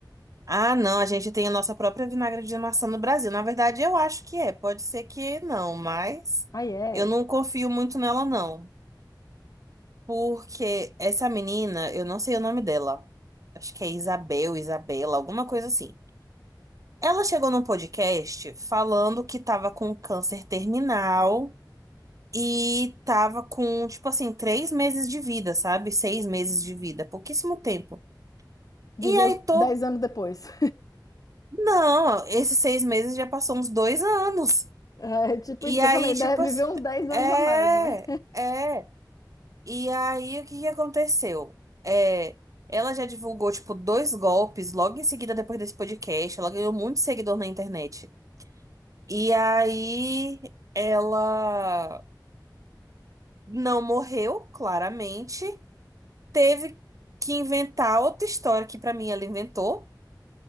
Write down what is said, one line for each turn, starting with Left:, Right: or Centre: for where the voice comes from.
Right: Ah, não, a gente tem a nossa própria vinagre de maçã no Brasil. Na verdade, eu acho que é. Pode ser que não, mas
Left: Aí é.
Right: eu não confio muito nela, não. Porque essa menina, eu não sei o nome dela. Acho que é Isabel, Isabela, alguma coisa assim. Ela chegou num podcast falando que tava com câncer terminal e tava com, tipo assim, três meses de vida, sabe? Seis meses de vida, pouquíssimo tempo.
Left: Viveu
Right: E aí, todo.
Left: 10 anos depois.
Right: Não, esses seis meses já passou uns dois anos.
Left: É tipo
Right: E
Left: isso que
Right: aí,
Left: eu falei, deve
Right: tipo assim,
Left: viver uns 10 anos
Right: é,
Left: a mais, né?
Right: é. E aí, o que que aconteceu? É, ela já divulgou, tipo, dois golpes logo em seguida, depois desse podcast. Ela ganhou muito seguidor na internet. E aí, ela não morreu, claramente. Teve que inventar outra história que, pra mim, ela inventou.